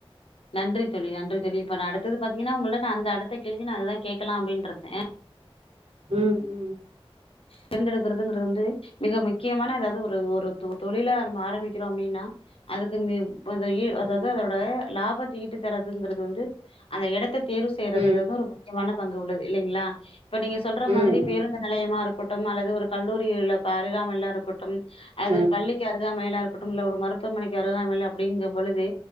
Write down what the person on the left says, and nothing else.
நன்றி தோழி நன்றி தோழி இப்ப நா அடுத்தது ப பாத்தீங்கன்னா உங்கள்கிட நா அந்த அடுத்த கேள்வி நா அதுதா கேட்கலா அப்டினு இருந்தே
தேர்ந்தெடுக்கறிறதுங்கிறது வந்து மிக முக்கியமான ஏதாவது ஒரு ஒரு தொழில நம ஆரம்பிக்கிறோ அப்படின்னா அதுக்கு னு இப்போ அந்த ஏய் அதாவது
அதோட லாபத்த ஈட்டு தரதுங்கிறது வந்து அந்த எடத்த தேர்வு செய்யறதுலதந்து
ஒரு முக்கியமான பங்கு உள்ளது இல்லைங்களா இப்ப நீங்க சொல்ற
மாதிரி பேருந்த நெலையமா இருக்கட்டு அல்லது ஒரு கல்லூரியில அறகாமல இருக்கட்டு அது
பள்ளிக்கு அருகாமைல இருக் குட்டும்ல ஒரு மருத்துவமனைக்கு அருகாமைல அப்படிங்கும் பொழுது